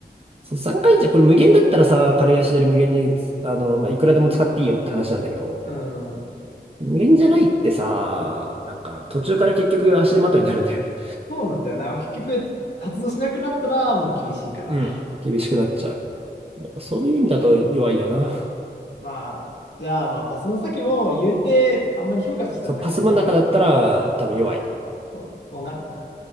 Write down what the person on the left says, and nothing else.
ーうん。
そうなんだよな。結局、発動しなくなったらもう厳しいから。
まあ、じゃあまあ、パスの先も言うて、あんまり評価としては高くないかな。
そう、そうなるな。